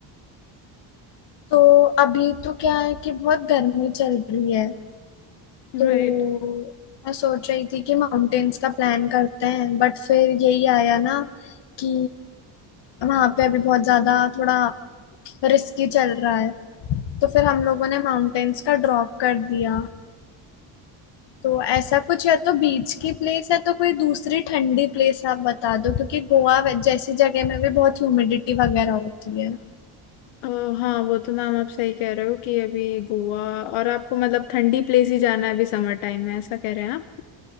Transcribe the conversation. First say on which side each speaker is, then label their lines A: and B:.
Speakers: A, on the left (about 60°); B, on the left (about 80°).
A: तो अभी तो क्या है कि बहुत गर्मी चल रही है
B: टाइप
A: तो मैं सोच रही थी कि माउंटेन्स का प्लान करते हैं बट फिर यही आया ना कि वहां पे अभी बहुत ज्यादा थोड़ा रिस्की चल रहा है तो फिर हम लोगों ने माउंटेन्स का ड्रॉप कर दिया तो ऐसा कुछ या तो बीच की प्लेस है तो कोई दूसरी ठंडी प्लेस आप बता दो क्योंकि गोवा वे- जैसी जगह में भी बहुत ह्यूमिडिटी वगैरैन होती है
B: अ, हाँ वो तो मैम आप सही कह रहे हो कि अभी गोवा और आपको मतलब ठंडी प्लेस ही जाना है अभी समर टाइम में ऐसा कह रहे हैं आप